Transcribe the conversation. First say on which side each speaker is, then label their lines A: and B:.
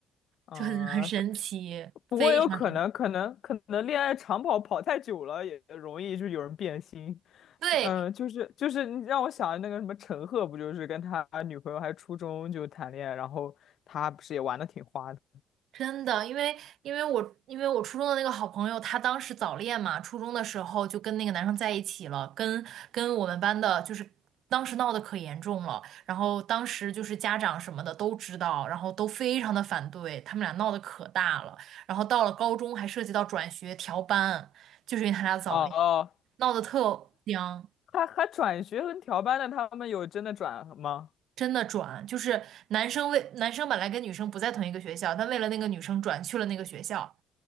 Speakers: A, on the left; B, on the right.
A: 嗯、
B: 就很很神奇，
A: 可不过有可能，
B: 非常。
A: 可能可能恋爱长跑跑太久了，也容易就有人变心。
B: 对，
A: 嗯、就是就是你让我想那个什么陈赫，不就是跟他女朋友还初中就谈恋爱，然后他不是也玩的挺花的。
B: 真的，因为因为我因为我初中的那个好朋友，她当时早恋嘛，初中的时候就跟那个男生在一起了，跟跟我们班的，就是当时闹得可严重了，然后当时就是家长什么的都知道，然后都非常的反对，他们俩闹得可大了，然后到了高中还涉及到转学调班，就是因为他俩早恋，
A: 哦哦，
B: 闹得特僵。
A: 他还转学跟调班的，他们有真的转吗？
B: 真的转，就是男生为男生本来跟女生不在同一个学校，但为了那个女生转去了那个学校。